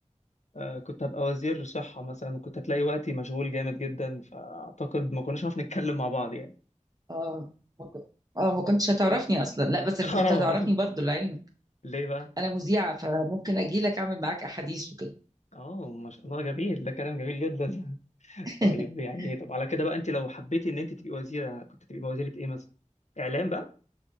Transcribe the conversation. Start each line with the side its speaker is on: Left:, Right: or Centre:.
Left: آه، كنت هبقى وزير صحة مثلا وكنت هتلاقي وقتي مشغول جامد جدا فأعتقد ما كناش هنعرف نتكلم مع بعض يعني
Right: اه ما كن- اه ما كنتش هتعرفني اصلا لا
Left: <laughs>
Right: بس كنت
Left: اه
Right: هتعرفني برضو لعلمك
Left: ليه بقى؟
Right: انا مذيعة فممكن اجي لك اعمل معاك احاديث وكده
Left: اه ما شاء الله جميل ده كلام جميل جدا <laughs>
Right: <laughs>
Left: طيب يعني ايه طب على كده بقى انت لو حبيتي ان انت تبقي وزيرة كنت تبقي وزيرة ايه مثلا؟ اعلام بقى؟